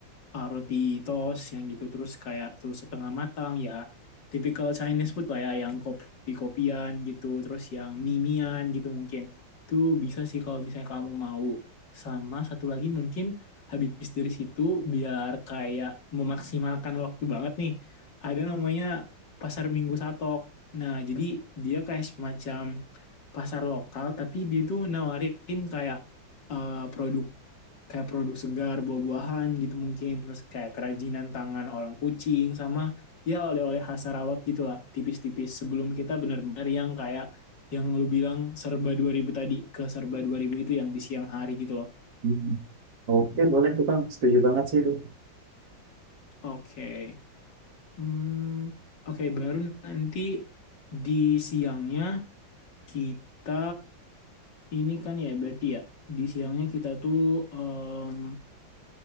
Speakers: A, on the left (about 65°); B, on the right (about 60°).
A: uh, roti toast yang gitu terus kayak terus setengah matang ya. Typical Chinese food lah ya yang kopi-kopian gitu, terus yang mimian gitu mungkin. Itu bisa sih kalau misalnya kamu mau. Sama satu lagi mungkin habis dari situ biar kayak memaksimalkan waktu banget nih ada namanya pasar Minggu Satok. Nah, jadi dia kayak semacam pasar lokal, tapi dia tuh nawarin kayak eh, produk kayak produk segar, buah-buahan gitu mungkin, terus kayak kerajinan tangan orang kucing sama ya oleh-oleh khas Sarawak gitu lah, tipis-tipis sebelum kita benar-benar yang kayak yang lu bilang serba 2000 tadi ke serba 2000 itu yang di siang hari gitu loh.
B: mm. Oke, boleh tuh Bang. Setuju banget sih itu.
A: Oke. Okay. Hmm, oke okay, baru nanti di siangnya kita Ini kan ya berarti ya di siangnya kita tuh em,